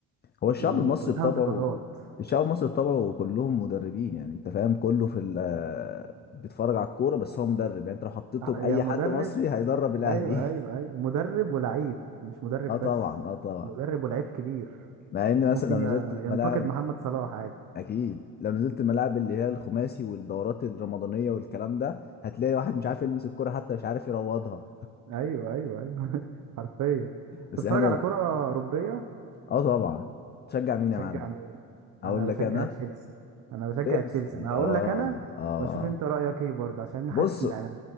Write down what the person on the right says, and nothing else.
وكلها
انتقادات
يا مدرب
ايوه
ايوه ايوه مدرب ولعيب مش مدرب
بس
مدرب ولعيب كبير
ممكن
ي-
ينتقد محمد صلاح عادي
ايوه ايوه ايوه <laughs> حرفيا
تتفرج
على كرة أوروبية
تشجع
مين
انا
بشجع
تشيلسي انا بشجع
تشيلسي انا هقول
لك انا
واشوف انت رأيك ايه برضه عشان
حاسس ان انا